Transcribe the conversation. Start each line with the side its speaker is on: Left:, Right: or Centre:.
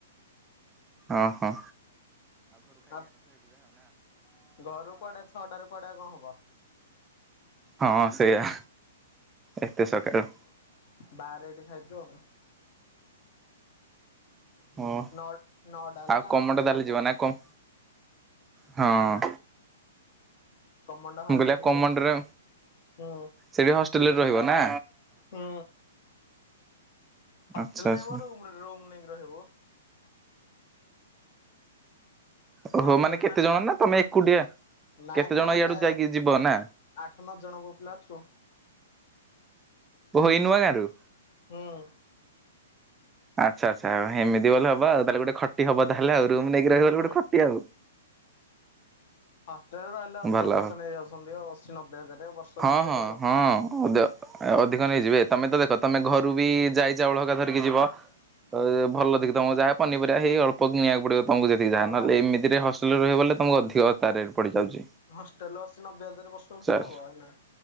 Right: ଓ ହୋ।
Left: ଆପ୍, ଘରୁ କୁଆଡେ ଛଅଟାରୁ କୁଆଡେ କଣ ୱ।
Right: ହଁ ସେଇଆ। ଏତେ ସକାଳୁ
Left: ଏ ବାହାରେ ଏଠି ଖାଇଛୁ ଆଉ।
Right: ହଁ
Left: ନଅ ନଅଟା ହେଲେ
Right: ଆଉ
Left: ଗାଁକୁ
Right: କମଣ୍ଡ
Left: ପଳେଇବ
Right: ତାହେଲେ
Left: ବୋଉ।
Right: ଯିବ ନା କଣ? ହଁ
Left: କମଣ୍ଡ ହଁ
Right: ମୁଁ କହିଲି
Left: ପଢିବି
Right: ଆଉ କମଣ୍ଡରେ,
Left: ହୁଁ
Right: ସେଠି ହଷ୍ଟେଲରେ ରହିବ ନା?
Left: ହୁଁ। ହଷ୍ଟେଲ
Right: ଆଚ୍ଛା ଆଚ୍ଛା।
Left: ନାହିଁ ମ ରୁମରେ ରୁମ୍ ନେଇକି ରହିବୁ।
Right: ଓହୋ
Left: ହଷ୍ଟେଲ
Right: ମାନେ କେତେ
Left: ନା,
Right: ଜଣ ତମେ ଏକୁଟିଆ
Left: ନାଇଁ
Right: କେତେ
Left: ନାଇଁ
Right: ଜଣ
Left: ଆମେ
Right: ଇଆଡୁ ଯାଇକି ଯିବ ନା
Left: ଆଠ ନଅ ଜଣ ପୁଅ ପିଲା ଅଛୁ।
Right: ଓହୋଃ ଏଇ ନୂଆ ଗାଁରୁ?
Left: ହୁଁ
Right: ଆଚ୍ଛା ଆଚ୍ଛା ଏମିତି ଗଲେ ହବା ଆଉ ତାହେଲେ ଗୋଟେ ଖଟି ହବ ତା ହେଲା ଆଉ ରୁମ୍ ନେଇକି
Left: ହୁଁ
Right: ରହିବ ବୋଲି ଗୋଟେ ଖଟି ଆଉ।
Left: <inaudible> ଲେରେ ରହିଲେ ଅଧିକ
Right: ଭଲ ଭଲ
Left: ପଇସା ନେଇଯାଉଛନ୍ତି ଆଉ ଅଶୀ ନବେ ହଜାରେ ଆଉ ବର୍ଷକୁ
Right: ହଁ
Left: କିଏ
Right: ହଁ
Left: ଦବ।
Right: ହଁ ଅଧିକ ନେଇଯିବେ ତମେ ତ ଦେଖ, ତମେ ଘରୁ ବି ଜାଇ ଚାଉଳ ହେକାଧରିକି ଯିବ, ତ ଭଲ ଦେଖି ତମକୁ ଯାହା ପନିପରିବା ହେଇ ଅଳ୍ପ କିଣିବାକୁ ପଡିବ। ତମକୁ ଯେତିକି
Left: ହଁ
Right: ଯା
Left: ବା
Right: ନହେଲେ ଏମତିରେ ହଷ୍ ହଷ୍ଟେଲରେ ରହିବାକୁ ହେଲେ ତମକୁ ଅଧିକ ତା ରେଟ୍ ପଡିଯାଉଛି।
Left: ହଷ୍ଟେଲ ଅଶି ନବେ ହଜାର ବର୍ଷକୁ
Right: ଚାଲ
Left: କିଏ ଦବ ଏଇନା।